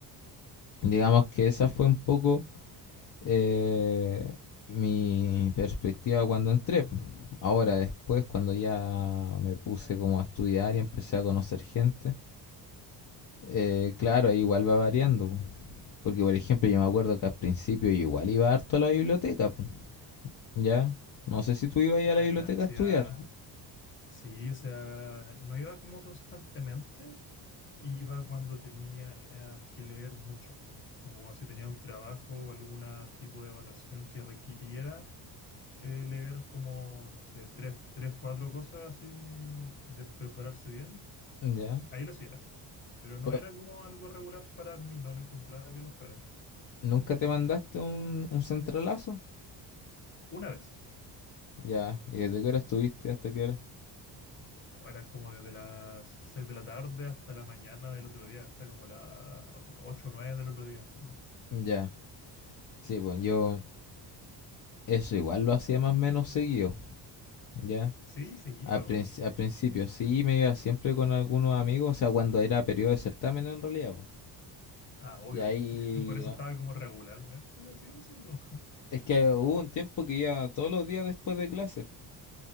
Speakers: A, on the left; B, on the left.
A: digamos que esa fue un poco eh, mi perspectiva cuando entré. po. Ahora, después, cuando ya me puse como a estudiar y empecé a conocer gente, eh, claro, ahí igual va variando. po. Porque, por ejemplo, yo me acuerdo que al principio yo igual iba harto a la biblioteca, po. Ya. No sé si tú ibas ahí
B: Ah,
A: a la biblioteca
B: ya, o sea,
A: a estudiar.
B: sí, o sea, no iba como constantemente, iba cuando tenía que leer mucho, como cuando si tenía un trabajo o algún tipo de evaluación que requiriera eh, leer como, no sé, tres, tres, cuatro cosas así, de prepararse bien,
A: Ya.
B: ahí lo hacía, pero no
A: Pues,
B: era como algo regular para mí, no lo encontraba que lo fuera.
A: ¿Nunca te mandaste un, un centralazo?
B: Una vez.
A: Ya. ¿Y desde qué hora estuviste hasta qué hora?
B: Eran como desde las 6 de la tarde hasta la mañana del otro día, hasta como las ocho o 9 del otro día, sí.
A: Ya. Sí, pues yo eso igual lo hacía más o menos seguido. Ya.
B: Sí, seguido.
A: Al, princ- al principio sí me iba siempre con algunos amigos, o sea, cuando era periodo de certamen en realidad. po.
B: Ah, obvio.
A: Y ahí...
B: pues, <laughs> Por eso
A: no.
B: estaba como regularmente así eso. como-
A: Es que hubo un tiempo que iba todos los días después de clases. po.